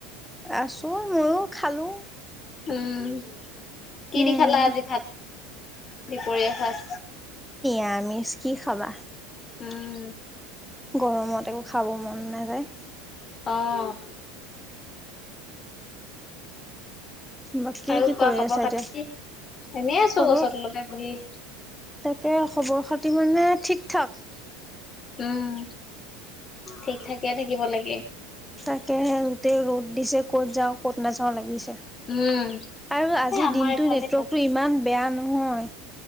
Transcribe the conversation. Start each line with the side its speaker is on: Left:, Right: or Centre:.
Centre: আছো ময়ো খালো।
Left: উম, কি
Centre: উম,
Left: দি খালা আজি ভাত? দুপৰীয়া সাজ?
Centre: নিৰামিছ কি খাবা।
Left: উম।
Centre: গৰমত একো খাব মন নাযায়।
Left: অহ।
Centre: বাকী
Left: আৰু
Centre: কি
Left: কোৱা
Centre: কৰি
Left: খবৰ
Centre: আছা
Left: খাতি?
Centre: এতিয়া?
Left: এনেই আছো
Centre: খবৰ
Left: গছৰ তলতে বহি।
Centre: তাকে খবৰ খাতি মানে ঠিক-ঠাক।
Left: উম ঠিক থাকে থাকিব লাগে
Centre: তাকেহে গোটেই ৰ'দ দিছে। ক'ত যাও, ক'ত নাযাওঁ লাগিছে।
Left: উম
Centre: আৰু আজিৰ
Left: এ আমাৰ
Centre: দিনটো
Left: এইফালে
Centre: নেটৱৰ্কটো ইমান বেয়া নহয়।